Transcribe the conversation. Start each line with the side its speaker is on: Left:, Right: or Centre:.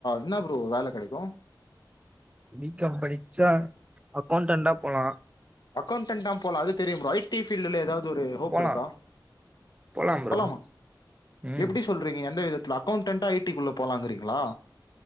Left: என்ன ப்ரோ வேல கெடைக்கு
Right: பி காம் படிச்சா அக்கௌண்டன்னா போலா
Left: அக்கௌண்டன்னா போல அது தெரியு ப்ரோ ஐ டி பீல்டுல ஏதாவது அது ஒரு ஹோப்
Right: போலா
Left: இருக்கா?
Right: போலா ப்ரோ
Left: போலாமா
Right: ம்
Left: எப்டி சொல்றீங்க எந்த விதத்துல அக்கௌண்டன்னா ஐ டி க்குள்ள போலாங்கிறீங்களா